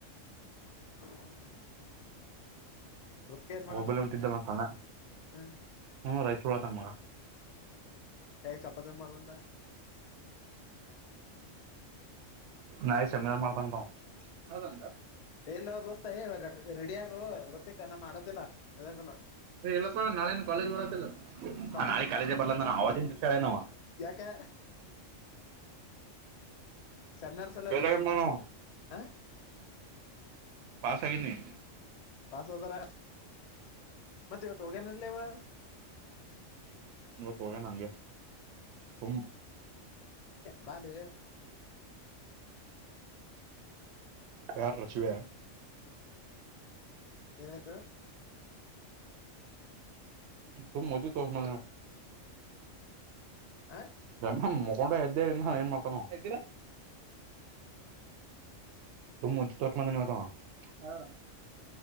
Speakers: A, on the left (about 80°); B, on the right (about 65°).
A: <inaudible> ಏನ್
B: ಹೋಬಳಿ
A: ಮಾಡದಾನ
B: ಅಂತಿದ್ರ ಸಣ್ಣ
A: ಹ್ಮ್
B: ಹೂ ರಾಯಚೂರು ಇದರ ಮಗ <inaudible>
A: ಹೇಗ್ ಚಪಾತಿ ಮಾಡಲಂತ
B: ನಾಳೆ ಸೆಮಿನಾರ ಮಾಡತನ ಅತ್ತ ಆವಾ
A: ಎಲ್ಲ ದೋಸ್ತ ರೆಡಿಯಗು ರೊತ್ತಿಕ ನಮ್ಮ ಮಾಡದಿಲ್ಲ ಮಲ್ಲ
B: ಎಲ್ಲಾೂ ನಾಳೆ ಕಾಲೇಜ್ ಬರದಲ್ಲ
A: ಕಾಲ
B: ನಾಳೆ ಕಾಲೇಜ ಬರ್ಲ ನ ಅವಾಜನ್ನಾವ
A: ಯಾಕೆ ಸನ್ನೆರ್ಸಲಾಗೆ
B: ಫೇಲ್ ಆಗ್ಯಾನ್ ಮಗನವ
A: ಹಾ
B: ಪಾಸ ಆಗ ನೀ
A: ಪಾಸ ಆದರ ಮತ್ತೆ ಇವತ್ತು ಹೋಗ್ಯಾನಗೇನಲ್ಲವ
B: ಇವತ್ ಹೋಗೆ ನಂಗೆ ಸು
A: ಬಾಲೇ
B: ಯಾರು ರಚಿವ
A: ಏನಾಯ್ತ
B: ತ ಮದ ತ <inaudible> ನ
A: ಆ
B: <inaudible> ಹಗೊಂಡ ಎದ್ದೆ ಏನ್ ಮಾಡ್ತಾನೋದ್ದ ಸು ತೊಟಂದತ <inaudible>